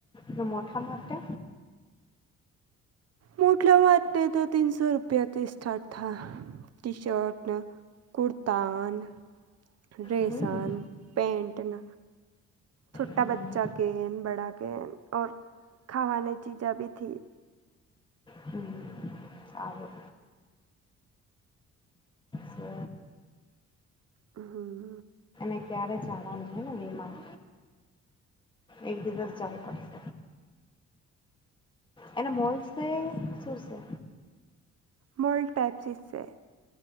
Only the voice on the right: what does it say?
મોટા માટે તો તીનસો રૂપિયાથી સ્ટાર્ટ થા. ટી શર્ટ, કુરતાન, ડ્રેસન
પેન્ટ ન. છોટા
બચ્ચા કે બડા કે ઓર ખાવા ને ચિઝા બી થી.
હમ્મ.
મોલ ટાઈપ સી છે.